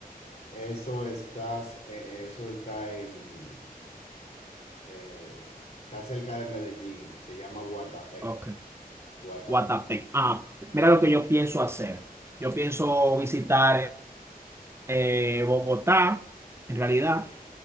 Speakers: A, on the left (about 55°); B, on the right (about 15°).
A: Eso estás, eh, eso está en, eh, está cerca de Medellín, se llama Guatapé.
B: Ok.
A: Guatapé.
B: Guatapé. Ah,
A: en
B: mira
A: Gua-
B: lo que yo pienso hacer. Yo pienso visitar eh, Bogotá, en realidad,